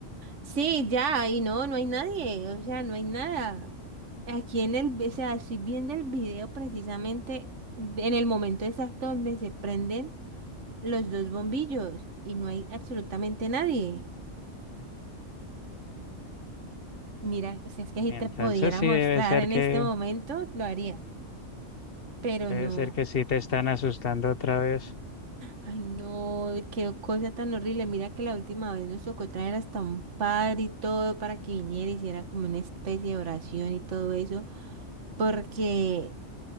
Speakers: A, on the right; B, on the left.
A: Sí, ya, y no, no hay nadie, o sea, no hay nada. Aquí en el, o sea, estoy viendo el video precisamente en el momento exacto donde se prenden los dos bombillos y no hay absolutamente nadie. Mira, si es que si
B: Entonces
A: te pudiera
B: sí
A: mostrar
B: debe ser
A: en
B: que,
A: este momento, lo haría, pero
B: debe
A: no.
B: ser que sí te están asustando otra vez.
A: Ay, no, qué cosa tan horrible. Mira que la última vez nos tocó traer hasta un padre y todo para que viniera y hiciera como una especie de oración y todo eso, porque...